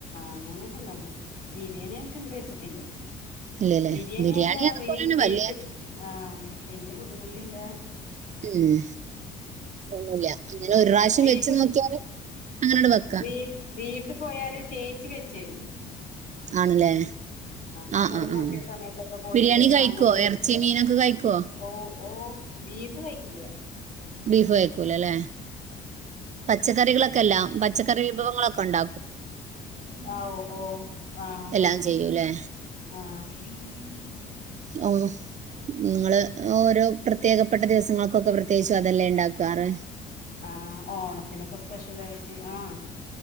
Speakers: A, on the left; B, on the right.
A: അങ്ങനെക്കെ ഇണ്ടാക്കും ബിരിയാണി ആയിട്ട് ഇണ്ട്
B: ഇല്ലല്ലേ
A: ബിരിയാണി ആയ
B: അതുപോലെ
A: വീ
B: തന്നെ
A: വീട്ട്
B: വലിയ
A: ആ വല്യ ബുദ്ധിമുട്ടില്ല
B: ഉം ഒന്നുമില്ല അങ്ങനെ ഒരു പ്രാവശ്യം
A: വീട്ട്
B: വെച്ച് നോക്കിയാല് അങ്ങനോട് വെക്കാം
A: വീ വീ ട്ട് പോയാല് ചേച്ചി വെച്ചരും
B: ആണല്ലേ
A: സ്കൂള്
B: ആ ആ
A: പൂട്ടിയ
B: ആ
A: സമയത്തൊക്കെ പോയിട്ട്
B: ബിരിയാണി കഴിക്കോ
A: അങ്ങനെ
B: എറച്ചി മീനൊക്കെ കഴിക്കോ
A: ഓ ഓ ബീഫ് കയ്ക്കില്ല
B: ബീഫ് കയ്ക്കൂലല്ലേ പച്ചക്കറിള കല്ല പച്ചക്കറി വിഭവങ്ങളൊക്കെണ്ടോ
A: ഓ ഓ ആഹ
B: എല്ലാം
A: ആഹ
B: ചെയ്യൂലേ
A: ആഹ ഉം
B: ഓ നിങ്ങള് ഓരോ പ്രത്യേക പപ്പെട്ട ദിവസങ്ങൾക്കൊക്കെ പ്രത്യേകിച്ചും അതെല്ലാം ഉണ്ടാറ്
A: ആഹ ഓണത്തിനൊക്കെ സ്പെഷ്യൽ ആയിട്ട് ആഹ